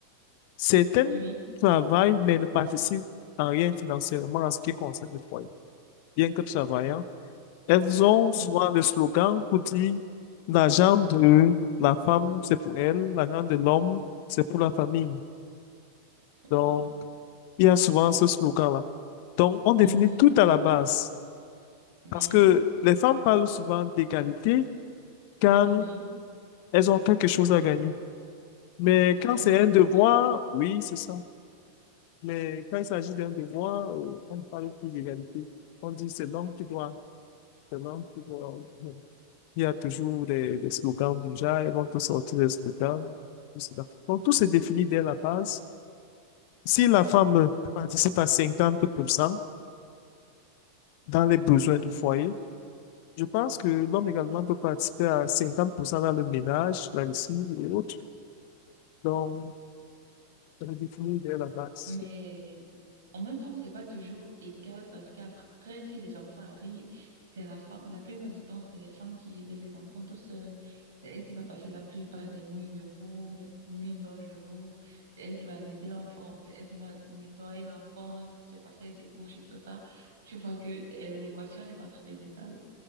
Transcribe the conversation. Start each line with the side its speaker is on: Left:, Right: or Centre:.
Left: certaines
Right: oui,
Left: travaillent, mais ne participent en rien financièrement à ce qui concerne le foyer bien que travaillant, Elles ont souvent
Right: mhm,
Left: des slogans pour dire la jambe de la femme, c'est pour elle, la jambe de l'homme, c'est pour la famille.
Right: <laughs>
Left: Donc, il y a souvent ce slogan-là. Donc, on définit
Right: mhm,
Left: tout à la base.
Right: oui,
Left: Parce que les femmes parlent souvent d'égalité quand
Right: oui.
Left: elles ont quelque chose à gagner. Mais quand
Right: Comme ça,
Left: c'est
Right: les arrange
Left: un devoir,
Right: quoi.
Left: oui, c'est ça. Mais quand il s'agit d'un devoir, euh, on ne parle plus d'égalité. On dit c'est l'homme qui doit, c'est l'homme qui doit. <laughs> Il y a toujours des, des slogans déjà, ils vont tous sortir des slogans. tout cela. Donc, tout se définit dès la base. Si la femme participe à 50% dans les besoins du foyer, je pense que l'homme également peut participer à 50% dans le ménage, la lessive et autres. Donc, ça se définit dès la base.
Right: Mais en même temps, c'est pas toujours égal parce qu'après, si les enfants arrivent, c'est la femme, la plupart du temps, c'est les femmes qui élèvent les enfants tout seules. C'est elle qui va passer la plupart des nuits debout, les nuits blanches debout. C'est elle qui va allaiter l'enfant, c'est elle qui va nettoyer l'enfant, c'est pas faire ses couches et tout ça. Tu vois que euh, l'équation n'est pas très égale.